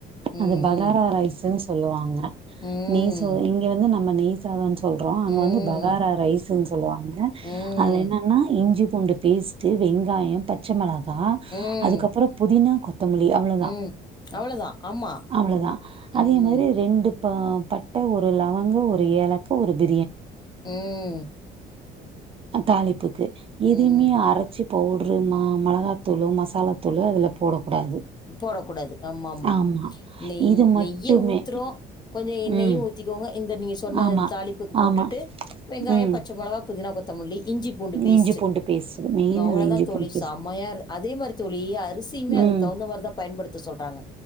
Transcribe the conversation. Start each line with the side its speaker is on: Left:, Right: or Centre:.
Left: ம்
Right: அது பகாரா ரைஸுன்னு சொல்லுவாங்க
Left: ம்
Right: நெய் சோ இங்க வந்து நம்ம நெய்சாதன்னு சொல்றோ அங்க
Left: ம்
Right: வந்து பகாரா ரைஸ்ஸுன்னு சொல்லுவாங்க
Left: ம்
Right: அதில் என்னென்னா இஞ்சி பூண்டு பேஸ்ட்டு வெங்காயம் பச்சை மிளக்
Left: ம்
Right: அதுக்கப்புறம் புதினா கொத்தமல்லி அவ்வளவுதா
Left: ம் அவ்வளோதான் ஆமாம்
Right: அவ்வளவுதா அதே
Left: ம்
Right: மாதிரி ரெண்டு ப பட்ட ஒரு ஒரு லவங்க ஒரு ஏலக்கு ஒரு ப
Left: உம்
Right: தாளிப்புக்கு எதுவுமே
Left: ம்.
Right: அரைசு பவுட்ரு மா மிளகாத்தூளு மசாலாத்தூளு அதுல போடக்கூடாது
Left: போடக்கூடாது ஆமாம்மா
Right: ஆமா.
Left: நெய்
Right: இது மட்டுமே.
Left: நெய்ய ஊத்துறோம் கொஞ்ச எண்ணெயும்
Right: ம்.
Left: ஊத்திகோங்க இந்த நீங்க சொன்ன
Right: ஆமா.
Left: தாளிப்புக்கு போட்டுட்டு
Right: ஆமா.
Left: வெங்காயம்
Right: ம்.
Left: பச்ச மிளகா புதினா கொத்தமல்லி இஞ்சி பூண்டு பேஸ்ட்டு
Right: இஞ்சி பூண்டு பேஸ்ட்டு மெயின்
Left: அவ்ளோ
Right: அது இஞ்சி
Left: தான் தோழி
Right: பூண்டு பேஸ்ட்.
Left: சமையா இரு அதே மாரி தோழி அரிசியுமே
Right: ம்
Left: தகுந்த மாதிரி தான் பயன்படுத்த சொல்றாங்க